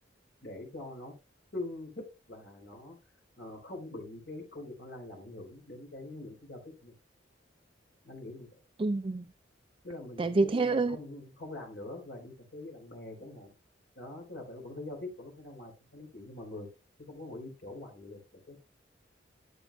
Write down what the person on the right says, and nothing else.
ừ. ừ.
Tại
vì
theo